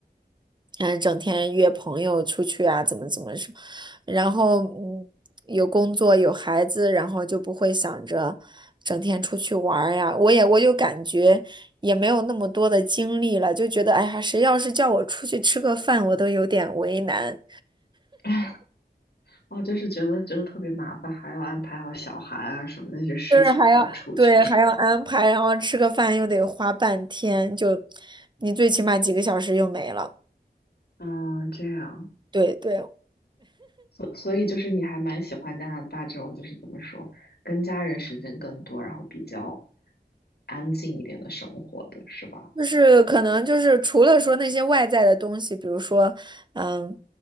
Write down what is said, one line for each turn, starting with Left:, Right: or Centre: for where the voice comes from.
Right: 嗯，整天约朋友出去啊，怎么怎么说，然后嗯，有工作有孩子，然后就不会想着整天出去玩儿呀。我也我就感觉也没有那么多的精力了，就觉得哎呀，谁要是叫我出去吃个饭，我都有点为难，
Left: <laughs> 哦，就是觉得就是特别麻烦，还要安排好小孩啊什么那些事情才能出去，
Right: 就是还要对还要安排，
Left: 是吧？
Right: 然后吃个饭又得花半天，就你最起码几个小时又没了。
Left: 嗯，这样。
Right: 对对，
Left: 所所以就是你还蛮喜欢加拿大这种，就是怎么说，跟家人时间更多，然后比较安静一点的生活的是吧？
Right: 就是可能就是除了说那些外在的东西，比如说，嗯